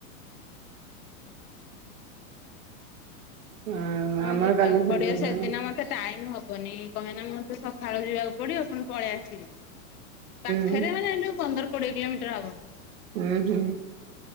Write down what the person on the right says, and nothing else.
ହଁ
ଆମର
କାଲି
ସେମିତି
ଜଣେ
ହୁଁ
ହୁଁ ହ।